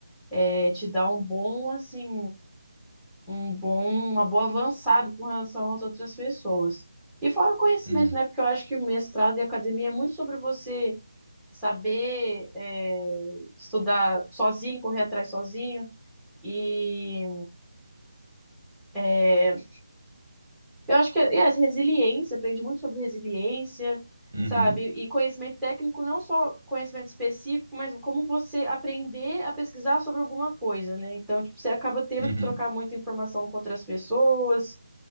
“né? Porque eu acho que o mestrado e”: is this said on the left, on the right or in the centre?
Centre